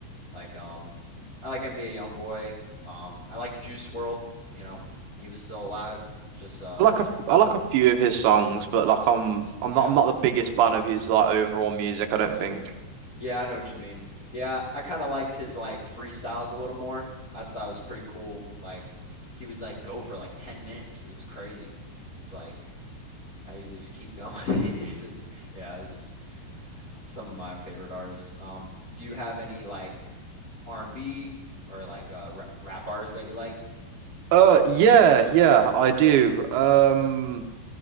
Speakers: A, on the left; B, on the right.
A: like um I like NBA Youngboy. Um, I like Juice World, you know, when he was still alive. Just uh
B: I like a f I like a few of his songs, but like I'm I'm
A: yeah.
B: not I'm not the biggest fan of his like overall music. I don't think.
A: Yeah, I know what you mean. Yeah, I kind of liked his like freestyles a little more. I just thought it was pretty cool. Like he would like go for like 10 minutes. It was crazy. It's like how you just keep going. <laughs> It's just- yeah, it's just some of my favorite artists. Um, do you have any like R&B or like uh, ra rap artists that you like?
B: Uh, yeah, yeah, I do. Um,